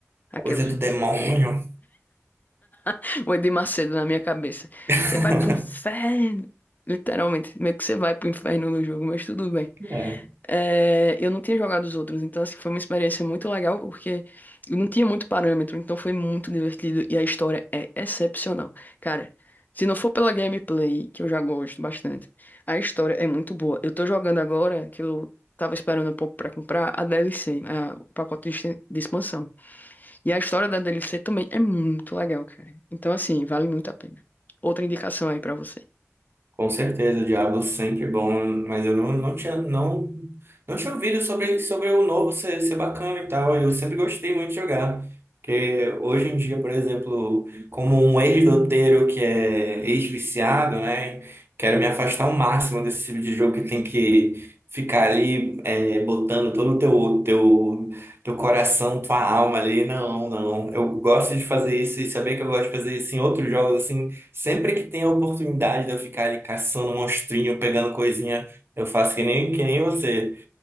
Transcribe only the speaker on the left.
Aquelas,
né? <laughs> O Edir Macedo na minha cabeça.
Você vai pro inferno. Literalmente, meio que você vai pro inferno no jogo, mas tudo bem.
É, eu não tinha jogado os outros, então assim, foi uma experiência muito legal porque eu não tinha muito parâmetro, então foi muito divertido e a história é excepcional. Cara, se não for pela gameplay, que eu já gosto bastante, a história é muito boa. Eu tô jogando agora, que eu tava esperando um pouco pra comprar, a DLC, a- o pacote de, exten- de expansão. E a história da DLC também é muito legal, cara. Então assim, vale muito a pena. Outra indicação aí pra você.